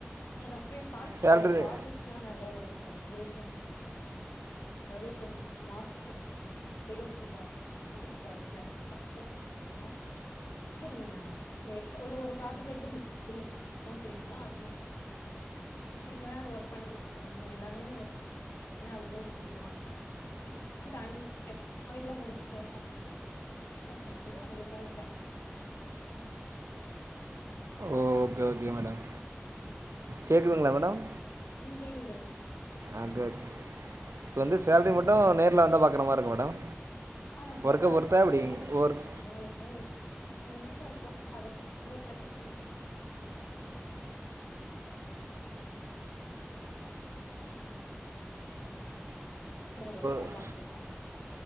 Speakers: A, on the left; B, on the right.
A: எதாவது காலேஜ்ல
B: சேலரி
A: உள்ள ப்ராஃஜெக்ட்ஸ்லா நறைய வரு sir English and <unintelligible> master <unintelligible> project அந்த <inaudible> வரு நீங்க இல்ல ஒரு ஃப்ராஜெக்ட் எடுத்து மிஸ் <inaudible> நீங்க தா அந்த ஒர்க் பண்ணி குடுக்கனு நீங்க எல்லாமே அவங்களே குடுத்துருவாங்க ம் டைம் எத்தன நாளைக்குள்ள முடிச்சிறுவிங்க சட்டுனு சிறு உங்களுக்கு சால்
B: ஓகே ஓகே மேடம் கேக்குதுங்களா மேடம்
A: ம் கேக்குதுடா
B: ஆகக் இப்ப வந்து சேல்ரி மட்டு நேர்ல வந்தா பாக்குரமாரி இருக்கு மேடம்
A: ஆமா சார்
B: ஒர்க்க
A: சேலரி
B: பொருத்தா எப்டி
A: நேர்ல
B: ஒர்க்
A: உங்களுக்கு நீங்க என்ன ஒர்க் பாக்க <unintelligible> நாங்களு ஒர்க் தா
B: ஓ
A: பாத்துட்டு இருக்கோ